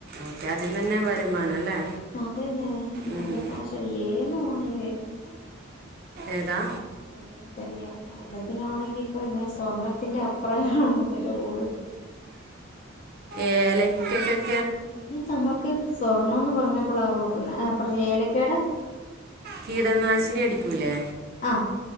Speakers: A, on the right; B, on the left.
A: ഓക്കെ അതിന്ന് തന്നെ വരുമാനം അല്ലേ
B: അം <unintelligible> നല്ല
A: ഉം.
B: കാശാ ഏലവാണ് ഏറ്റവും
A: ഏതാ
B: ഇത് ഏലം തന്നെയ ഏലത്തിനാണെങ്കി ഇപ്പോ എന്നാ സ്വർണത്തിന്റെ അപ്രാണ് വില കൂടുൽ
A: ഏലക്കക്ക്
B: ഇനി നമുക്ക് സ്വർണന്ന് പറഞ്ഞപ്പോളാ ഓർക്കുന്ന ആ പറഞ്ഞു ഏലക്കേടെ
A: കീടനാശിനി അടിക്കൂല്ലേ
B: ആഹ്